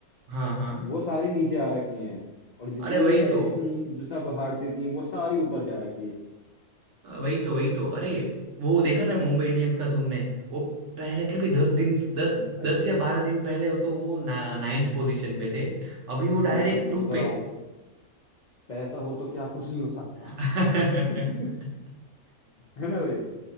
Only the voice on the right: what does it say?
हाँ हाँ
अरे
वही
तो
हाँ, वही तो वही तो अरे वो देखा ना मुंबई इंडियंस का तुमने वो पहले कभी दस दिन दस
दस या बारह दिन पहले वो तो वो ना, नाइन्थ पोजीशन पे थे अभी वो डायरेक्ट
टू
पे
<laughs>